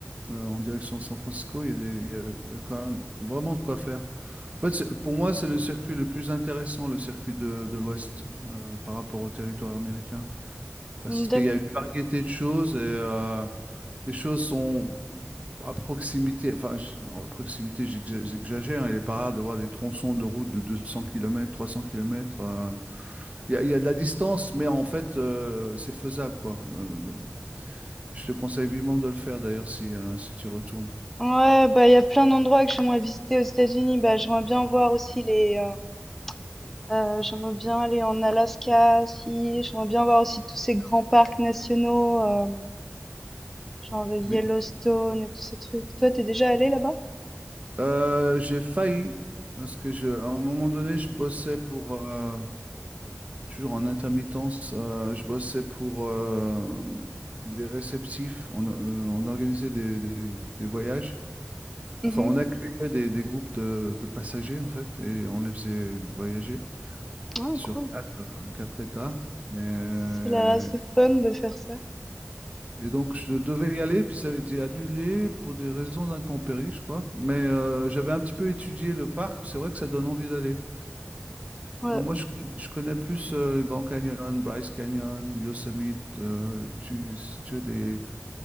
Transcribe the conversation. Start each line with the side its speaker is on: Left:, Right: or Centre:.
Right: euh, en direction de San Francisco, il y a des, il y a- il y a quand même vraiment de quoi faire. En fait, c'est- pour moi, c'est le circuit le plus intéressant, le circuit de, de l'Ouest euh, par rapport au territoire américain, parce
Centre: Mmh,
Right: qu'il
Centre: d'acc
Right: y a une variété de choses et euh, les choses sont à proximité, enfin, j- à proximité, j'exa- j'exagère, hein, il est pas rare de voir des tronçons de route de 200 km, 300 km. Il y a, il y a de la distance, mais en fait, euh, c'est faisable, quoi. Euh, donc, je te conseille vivement de le faire, d'ailleurs, si, euh, si tu retournes.
Centre: ouais, bah, il y a plein d'endroits que j'aimerais visiter aux États-Unis. Bah, j'aimerais bien voir aussi les, hem Euh, j'aimerais bien aller en Alaska aussi. J'aimerais bien voir aussi tous ces grands parcs nationaux, euh, genre le Yellowstone
Right: Oui.
Centre: et tous ces trucs. Toi, t'es déjà allé là-bas?
Right: Euh, j'ai failli, parce que je, à un moment donné, je bossais pour, euh, toujours en intermittence, euh, je bossais pour euh, des réceptifs. On, euh, on organisait des, des- des voyages. Enfin,
Centre: Mhm.
Right: on accueillait des, des groupes de, de passagers, en fait, et on les faisait voyager
Centre: Ah,
Right: sur
Centre: cool.
Right: quatre, euh, quatre États. Et
Centre: C'est là, c'est fun de faire ça.
Right: Et donc, je devais y aller, puis ça a été annulé pour des raisons d'intempéries, je crois. Mais euh, j'avais un petit peu étudié le parc. C'est vrai que ça donne envie d'aller.
Centre: Ouais,
Right: Euh, Moi, je, je connais plus euh, Grand Canyon, Bryce Canyon, Yosemite, euh, tu, si tu as les,